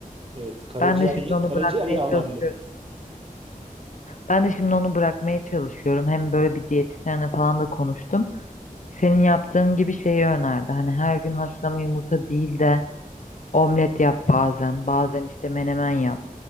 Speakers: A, on the right; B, on the left.
A: Evet, karaciğer
B: ben de şimdi onu
A: karaciğer
B: bırakmaya
A: yağlandı.
B: çalışıyorum. Ben de şimdi onu bırakmaya çalışıyorum. Hem böyle bir diyetisyenle falan da konuştum. Senin yaptığın gibi şeyi önerdi. Hani her gün haşlama yumurta değil de omlet yap bazen, bazen işte menemen yap